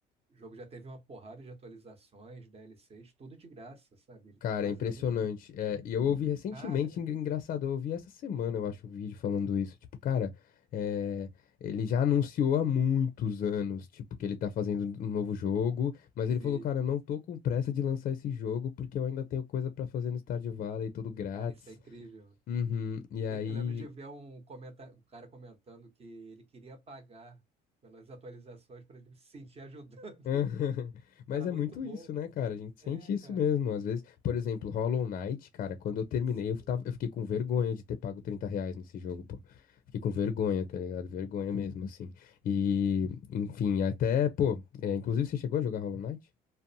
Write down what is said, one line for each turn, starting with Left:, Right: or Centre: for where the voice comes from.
Right: O jogo já teve uma porrada de atualizações, DLCs, tudo de graça, sabe? Ele
Left: Cara,
Right: tá fazendo.
Left: é impressionante. É, e eu ouvi recentemente,
Right: Cara,
Left: eng- engraçado, eu ouvi essa semana, eu acho, um vídeo falando isso. Tipo, cara, é, ele já anunciou há muitos anos, tipo, que ele tá fazendo um um novo jogo, mas
Right: se.
Left: ele falou, cara, eu não tô com pressa de lançar esse jogo porque eu ainda tenho coisa pra fazer no Stardew Valley, tudo grátis.
Right: Cara, isso é incrível.
Left: Uhum. E
Right: Sei-
Left: aí
Right: Eu lembro de ver um, comenta- um cara comentando que ele queria pagar pelas atualizações para ele se sentir ajudando,
Left: Aham.
Right: <laughs>
Left: <laughs> Mas
Right: que era
Left: é
Right: muito
Left: muito
Right: bom.
Left: isso, né, cara? A gente
Right: É,
Left: sente
Right: cara.
Left: isso mesmo. Às vezes, por exemplo, Hollow Knight, cara, quando eu terminei,
Right: Sim.
Left: eu, tava, eu fiquei com vergonha de ter pago 30 reais nesse jogo, pô. Fiquei com vergonha, tá ligado? Vergonha mesmo, assim. E, enfim, até, pô, é, inclusive você chegou a jogar Hollow Knight?